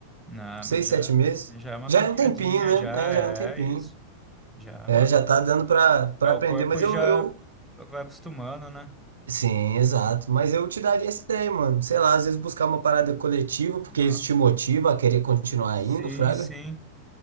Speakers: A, in the centre; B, on the right.
A: Não,
B: Seis,
A: mas já,
B: sete meses?
A: já é uma
B: Já
A: caminhadinha,
B: é um tempinho, né?
A: já
B: É, já é um tempinho.
A: é isso. Já,
B: É,
A: mano.
B: já tá dando pra, pra
A: É, o
B: aprender,
A: corpo
B: mas eu,
A: já
B: eu.
A: vai acostumando, né?
B: Sim, exato. Mas eu te daria essa ideia, mano. Sei lá, às vezes buscar uma parada coletiva,
A: Uma-
B: porque isso te motiva a querer continuar
A: Sim,
B: indo, fraga.
A: sim.